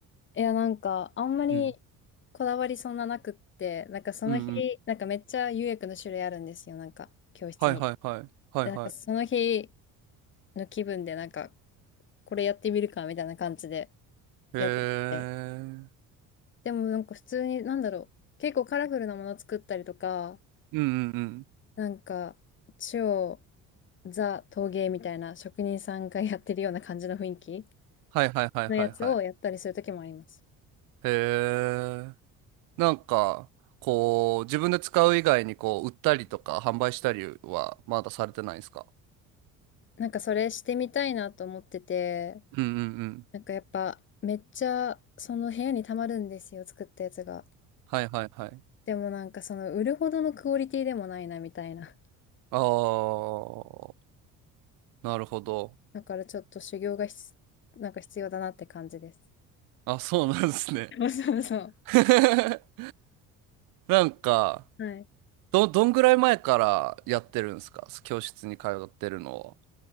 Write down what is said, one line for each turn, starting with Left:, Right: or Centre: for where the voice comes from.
Left: いや、なんか、あんまり
Right: うん
Left: こだわりそんななくって、なんかその日、
Right: うん。
Left: なんかめっちゃ釉薬の種類あるんですよ。なんか、教室に。
Right: はいはいはい。はいは
Left: で、なんかその日の気分で、なんか、これやってみるかみたいな感じで
Right: い。
Left: やってて。
Right: へえ。うん
Left: でもなんか普通に、なんだろう、結構カラフルなもの作ったりとか、
Right: うんうん。
Left: なんか、超ザ陶芸みたいな職人さんがやってるような感じの雰囲気
Right: はいはいはいはいはい。
Left: のやつをやったりする時もあります。
Right: へえ。なんか、こう、自分で使う以外に、こう、売ったりとか、販売したりは、まだされてないんですか
Left: なんかそれしてみたいなと思ってて、
Right: うんうんうん。
Left: なんかやっぱめっちゃその部屋にたまるんですよ、作ったやつが。
Right: はいはいはい。
Left: でもなんかその売るほどのクオリティでもないなみたいな。
Right: あー、なるほど。
Left: だからちょっと修行がひつなんか必要だなって感じです。
Right: あ、そうなんですね。
Left: <laughs> そうそうそう。
Right: <laughs> なんか、
Left: はい。
Right: ど、どんぐらい前からやってるんですか教室に通ってるのを。